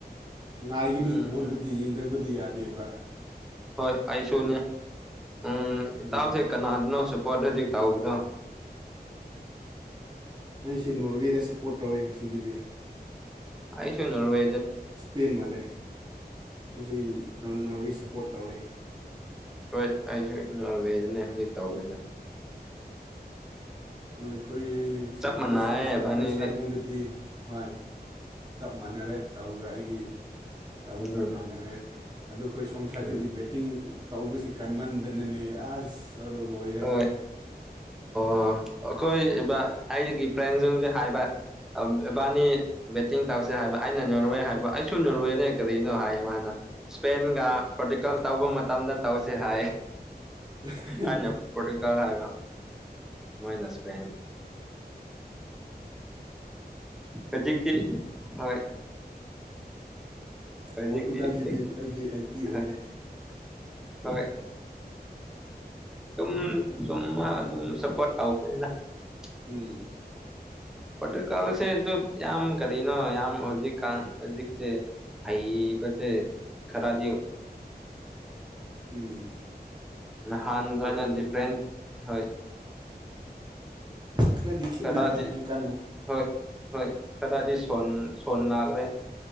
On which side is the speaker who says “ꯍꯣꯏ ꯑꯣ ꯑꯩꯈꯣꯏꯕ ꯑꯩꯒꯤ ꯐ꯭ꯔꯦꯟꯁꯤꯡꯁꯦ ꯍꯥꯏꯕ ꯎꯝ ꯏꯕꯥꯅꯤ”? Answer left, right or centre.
Centre